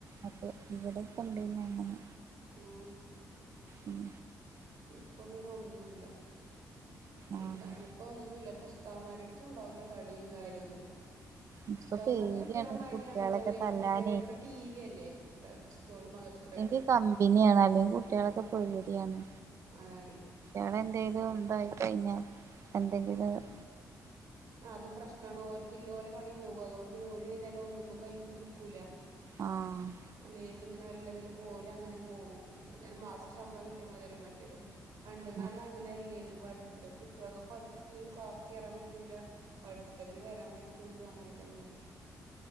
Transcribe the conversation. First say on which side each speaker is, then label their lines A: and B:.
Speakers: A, on the right; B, on the right.
A: അപ്പൊ ഇവിടെൊക്കെ ഉണ്ടന്ന അങ്ങനെ
B: ഉം
A: ഉം്
B: ഇപ്പൊ പിന്നെ ഒന്നുമല്ല
A: ആഹ്
B: ഇപ്പ അയിനിപ്പ ഒന്നുമല്ല ഭത്താമാരടുത്തും ഉണ്ടാവൂല വടിയും കാര്യമൊന്നും
A: ഇപ്പൊ
B: പുസ്തകന്മാരും
A: പേടിയാണ്
B: കുട്ടികളെമാരയാണ്
A: കുട്ടികളൊക്കെ
B: ഓലറ്റ്
A: തല്ലാനേ
B: ഇങ്ങനെ ഇപ്പ ടി വി അല്ലേ അത സ്കൂൾ മദർസ് കൂടെെ
A: എ കമ്പിനിയാണ് അല്ലെങ്കിൽ കുട്ടികളൊക്കെ പൊപടിയാണ്
B: അതാണേ
A: ക എന്ത ഇ ഉന്ത ഇത അ എന്ത ഇ <unintelligible>
B: അതും പ്രശ്നമാണ്ണ്ഓർും ഇപലെ പണി പോകും അതുകൊണ്ട് പിന്നെ ഓല അങ്ങന ഒന്നും ന ക നക്കൂല
A: ആഹ്
B: അലേക്ക് ഇങ്ങനെ വല്ലതിൽ പോല അങ്ങനെ പോവും മാസം ശമ്പളം കിട്ടിയാൽ മതിയല്ലോ മറ്റേത് പണ്ട് എന്ന
A: ഉം
B: അങ്ങനെല്ലേനും ണ്ട് കുട്ടികൾക്ക് പഠിച്ചിട്ട്ല്ലെങ്കിൽ ക്ലാസ് കേയറാൻ പറ്റൂില്ല പഠിച്ചിട്ടേ പിന്നെ വരാൻ പറ്റുള്ളു അങ്ങനെക്കെ